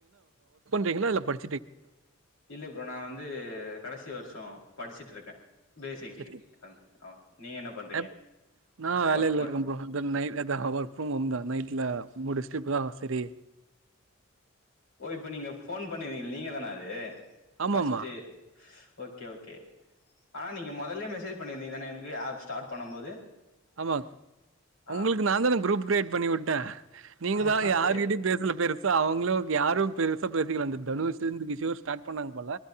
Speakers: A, on the right (about 65°); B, on the left (about 85°).
A: நீங்கள இல்ல படி
B: இல்லி ப்ரோ நா வந்து கடசி வருஷ படிச்சுட்ருக்கே பேசிக்
A: சரி
B: டிகிரி ஆமா ஆ நீங்க என்ன பண்றீங்க
A: அப் ந வேலில
B: ஒர்க் போற
A: இருக்கே ப்ரோ த ஹவர் நைட்த ஒர்க் ம் ஹோம் தா நைட்ல முடிஸ்ட்டு இப்ப தா செய்ய செரி
B: ஓ இப்ப நீங்க ஃபோன் பண்ணிருங்க நீங்க தானே அது
A: ஆமாமா.
B: பஸ்ட்ட் ஓகே ஓகே ஆனா நீங்கள் முதல்லே மெசேஜ் பண்ணியிருந்தீங்கான எனக்கு ஆப் ஸ்டார்ட் பண்ணு போது
A: ஆம
B: ஆ
A: உங்களுக்கு நாங்க தா குரூப் கிரியேட் பண்ணிவிட் ட நீங்கதா
B: ஆமா
A: யாரிகிட்டியும்
B: ஏ
A: பேசல பெருசா அவங்ளு யாரு பெருசா பேசிக்கல அந்த தனுஷந் கிஷோர் ஸ்டார்ட் பண்ணாங்க போல